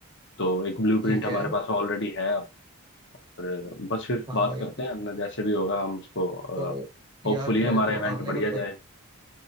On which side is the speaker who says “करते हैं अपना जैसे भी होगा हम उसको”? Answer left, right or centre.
Left